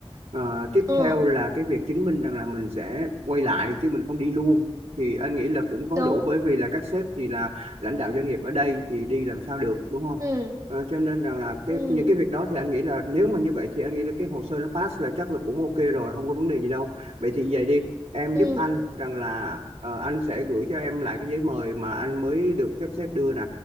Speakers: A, on the right; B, on the right.
A: Ờ, tiếp
B: ừ,
A: theo là cái việc chứng minh rằng là mình sẽ quay lại chứ mình không đi luôn. Thì anh nghĩ là cũng có
B: đúng
A: đủ bởi vì là các sếp thì là lãnh đạo doanh nghiệp ở đây thì đi làm sao được đúng không?
B: ừ
A: Ờ, cho nên rằng là cái
B: ừ
A: những cái việc đó thì anh nghĩ là nếu mà như vậy thì anh nghĩ là cái hồ sơ nó pass là chắc là cũng ok rồi, không có vấn đề gì đâu. Vậy thì về đi em
B: ừ
A: giúp anh rằng là ờ, anh sẽ gửi cho em lại cái giấy mời mà anh mới được sắp xếp đưa nè